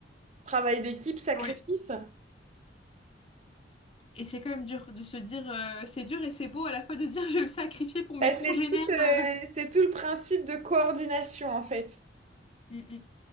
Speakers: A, on the right (about 40°); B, on the left (about 30°).
A: travail d'équipe, sacrifice,
B: Oui. Et c'est quand même dur de se dire, euh, c'est dur et c'est beau à la fois de se dire je vais me sacrifier pour mes
A: Eh, c'est
B: congénères.
A: tout, euh,
B: euh.
A: c'est tout le principe de coordination en fait.
B: Mm, mm.